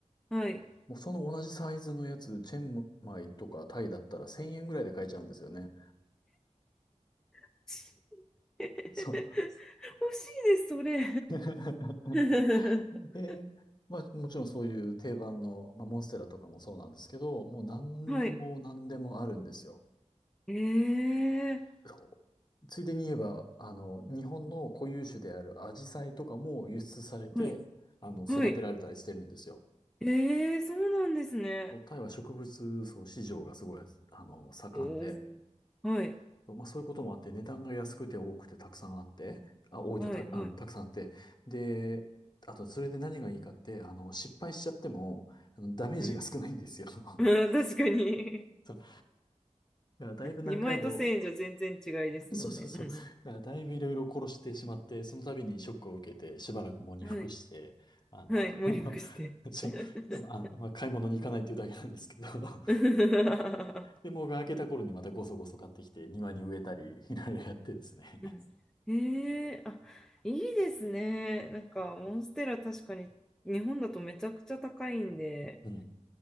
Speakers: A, in the centre; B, on the left.
A: うん。はい。
B: もうその同じサイズのやつ、チェンマイとかタイだったら1000円ぐらいで買えちゃうんですよね。
A: <laughs> 欲
B: そう。
A: しいです、それ。
B: <laughs>
A: <laughs>
B: で、まあもちろんそういう定番の、まあ、モンステラとかもそうなんですけど、もう何でも何でもあるんですよ。
A: はい。ええ、
B: そうついでに言えば、あの、日本の固有種であるアジサイとかも輸出されて、
A: はい。
B: あの、育てられたりしてるんですよ。
A: はい。ええそうなんですね。
B: タイは植物層市場がすごい、あの、盛んで、
A: おー、はい、
B: まあそういうこともあって、値段が安くて多くてたくさんあって、あ、多いとた、
A: はい、はい。
B: うん、たくさんあって、で、あとそれで何がいいかって、あの、失敗しちゃっても、あの、ダメージが少ないんですよ。
A: うん。<laughs>
B: <laughs> そう
A: うん確かに。<laughs>
B: だからだいぶ何回も、
A: 2枚と1000円じゃ全然違いですもんね。
B: <laughs> そうそうそう。
A: うんうん。
B: だからだいぶいろいろ殺してしまって、その度にショックを受けて、しばらく喪に服して、
A: はい、
B: あの、
A: はい、もりリして。
B: <laughs> ちょ、
A: <laughs>
B: でも、あの、まあ、買い物に行かないっていうだけなんですけど、<laughs>
A: うん
B: で、もうが明けた頃にまたごそごそ買ってきて、庭に植えたり、いろいろやってですね。
A: うん。ええあ、いいですね。なんか、モンステラ確かに日本だとめちゃくちゃ高いんで、
B: うん